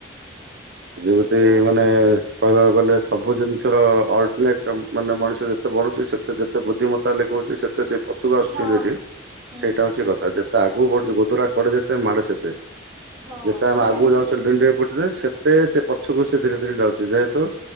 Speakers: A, on the right; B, on the right.
A: ଯେମିତି
B: ଏଇଭଳିଆ
A: ମାନେ
B: ଆଉ
A: କହିବାକୁ ଗଲେ ସବୁ ଜିନିଷ ର ଅଲନେଟ ମାନେ ମଣିଷ ଯେତେ ବଢ଼ୁଛି ସେତେ ଯେ <inaudible> ବୁଦ୍ଧିମତା ଲଖହୁଉଛି, ସେତେ ସେ ପ ଆସୁଠି
B: ହଁ ହୁଁ
A: ସେଇଟା ହଉଛି କଥା ଯେତେ ଆଗକୁ ବଢୁ଼ ଗୋଦରା କଡେ଼ ଯେତେ ମାଡେ଼ ସେତେ!
B: ହଁ
A: ଯେତେ ଆମେ
B: ମୁଁ
A: ଆଗକୁ
B: ଜାଣିଛି
A: ଯାଉଛ ଣ୍ଡିଆ ପଟିରେ ସେତେ ସେ ପଛକୁ ସେ ଧୀରେ ଧୀରେ ଯାଉଛି ଯେହେତୁ!